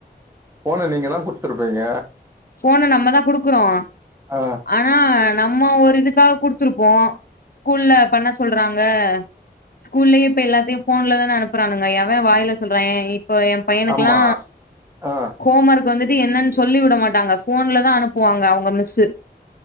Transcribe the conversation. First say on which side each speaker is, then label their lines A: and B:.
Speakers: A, on the right; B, on the left.
A: போன நீங்க தா கொடுத்துருப்பீங்க
B: போன நம்ம தா குடுக்குறோ
A: ஆ
B: ஆனா நம்ம ஒரு இதுக்காக குடுத்துருப்போ ஸ்கூல்ல பண்ண சொல்றாங்க ஸ்கூல்லியே இப்ப எல்லாத்தியு போன்ல தானே அனுப்புறானுங்க எவ வாயில சொல்ற ஏ இ இப்ப எ பையனுக்குலா
A: ஆமா ஆ
B: கோமருக்கு வந்துட்டு என்னன் சொல்லி விட மாட் டாங்க போன்ல தா அனுப்புவாங்க அவுங்க மிஸ்சு